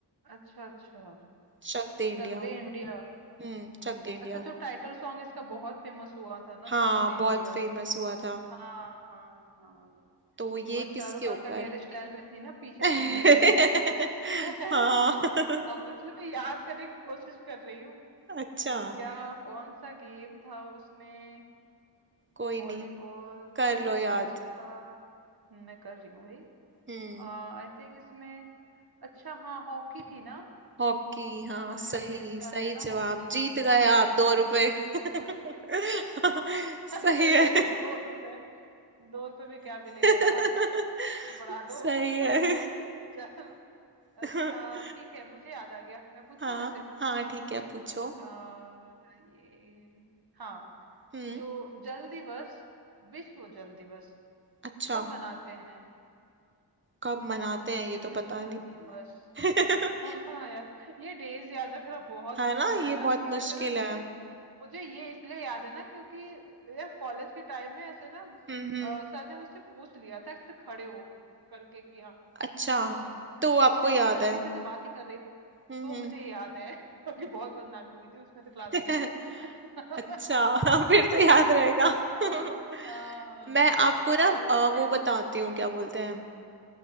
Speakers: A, on the right (about 55°); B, on the right (about 25°).
A: अच्छा अच्छा
B: चक दे इंडिया
A: चक दे इंडिया
B: हम्म चक दे इंडिया
A: अच्छा जो टाइटल सॉन्ग इसका बहुत फेमस हुआ था ना
B: हाँ
A: चक दे
B: बहुत
A: इंडिया
B: फेमस हुआ था
A: हाँ हाँ हाँ
B: तो ये
A: और शाहरुख
B: किसके
A: खान
B: ऊपर
A: का हेयर स्टाइल भी थी ना पीछे
B: <laughs>
A: चुंडी वाली <laughs> है
B: हाँ
A: ना?
B: <laughs>
A: हाँ इसलिए मैं याद करने की कोशिश कर रही हूँ
B: अच्छा
A: कि क्या कौन सा गेम था उसमें
B: कोई
A: वॉलीबॉल
B: नहीं
A: ये
B: कर लो याद
A: कौन सा था मैं कर रही हूँ भाई
B: हम्म
A: आई थिंक इसमें अच्छा हाँ हॉकी थी ना
B: हॉकी हाँ
A: हमारे
B: सही
A: देश
B: सही
A: का है ना
B: जवाब
A: हॉकी
B: जीत
A: तो हॉकी
B: गए आप
A: पे ही
B: दो
A: था
B: रुपए <laughs>
A: <laughs>
B: सही
A: अरे भाई
B: है
A: दो रुपए दो रुपए में क्या मिलेगा
B: <laughs>
A: यार कुछ बढ़ा
B: सही
A: दो
B: है
A: <laughs> चल
B: <laughs>
A: अच्छा ठीक है मुझे याद आ गया मैं पूछूं
B: हाँ
A: ऐसे
B: हाँ ठीक है पूछो
A: आ, ये हाँ
B: हम्म
A: जो जल दिवस विश्व जल दिवस
B: अच्छा
A: कब मनाते हैं
B: कब मनाते हैं ये
A: विश्व
B: तो
A: जल
B: पता नहीं
A: दिवस
B: <laughs>
A: हाँ यार ये डेज याद रखना बहुत
B: है
A: मुश्किल
B: ना ये
A: है ना
B: बहुत
A: लेकिन
B: मुश्किल
A: ऐसे ना मुझे
B: है
A: मुझे ये इसलिए याद है ना क्योंकि यार कॉलेज के टाइम में ऐसे ना
B: हम्म हम्म
A: अ, सर ने मुझसे पूछ लिया था एक्चुअली खड़े हो करके कि हाँ
B: अच्छा
A: हाँ चलो
B: तो आपको
A: मैं
B: याद
A: किसी लड़की
B: है
A: से ऐसे बात ही कर रही थी
B: हम्म
A: तो मुझे ये याद है <laughs> क्योंकि बहुत बदनामी हुई थी उसमें तो क्लास
B: हम्म <laughs>
A: में <laughs> हाँ
B: अच्छा <laughs> फिर तो याद रहेगा
A: हाँ
B: <laughs>
A: हाँ।
B: मैं आपको ना
A: तो
B: अ,
A: तुम्हें
B: वो बताती हूँ
A: हाँ
B: क्या बोलते हैं